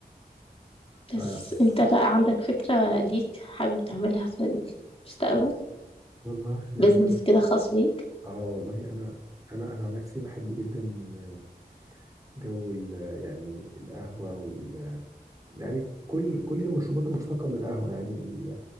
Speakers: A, on the right; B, on the left.
A: ف
B: بس انت بقى عندك فكرة ليك حابب تعملها في المستقبل
A: والله انا
B: بيزنس كده خاص ليك
A: اه والله انا انا انا عن نفسي بحب جدا آه، جو ال- آه، يعني القهوه وال آه، يعني كل كل المشروبات المشتقه من القهوه يعني ال-